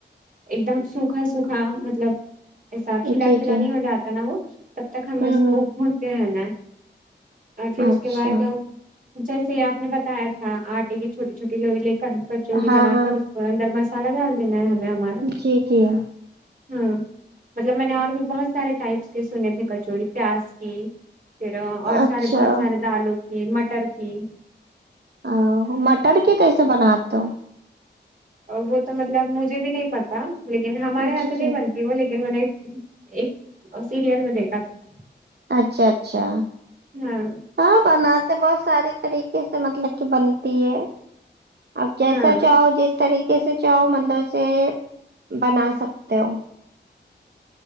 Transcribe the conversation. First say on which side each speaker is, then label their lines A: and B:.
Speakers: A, on the right; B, on the right.
A: ایک دم سوکھا سوکھا مطلب ایسا کھلا
B: جی
A: کھلا
B: جی
A: نہیں ہو جاتا نا وہ تب تک ہمیں
B: ہوں
A: اس
B: ہوں
A: کو بھونتے رہنا ہے اور پھر اس
B: اچھا
A: کے بعد جیسے ہی آپ نے بتایا تھا آٹے کی چھوٹی چھوٹی لوئی لے م کچوڑی
B: ہاں
A: بنا
B: ہاں
A: کر اس کو اندر مسالہ ڈال دینا ہے ہمیں ہمارا
B: جی جی
A: ہوں مطلب میں نے اور بھی بہت سارے ٹائپس کے سنے تھے کچوڑی پیاز کی پھر اور
B: اچھا
A: سارے بہت سارے دالوں کی مٹر کی
B: اں وہ مٹر کے کیسے بناتے ہو
A: وہ تو مطلب مجھے بھی نہیں پتا لیکن ہمارے یہاں
B: جی
A: تو نہیں
B: جی
A: بن کی وہ لیکن میں نے ایک سیریل میں دیکھا تھا
B: اچھا اچھا
A: ہاں
B: ہاں بناتے بہت سارے طریقے سے مطلب کہ بنتی ہے آپ جیسا
A: ہاں
B: چاہو گے طریقے سے چاؤ مطلب سے بنا سکتے ہو